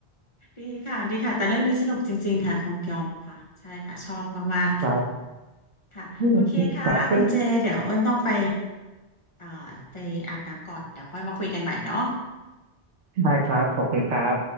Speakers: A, on the left; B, on the right.
A: ดีค่ะดีค่ะแต่เรื่องนี้สนุกจริงๆค่ะของเกยองค่ะใช่ค่ะชอบมาก
B: ครับ
A: ๆค่ะโอเคค่ะคุณเจเดี๋ยวอ้นต้องไป
B: อืมครับก็
A: เอ่อไปอาบน้ำก่อนเดี๋ยวค่อยมาคุยกันใหม่เนาะ
B: ได้ครับขอบคุณครับ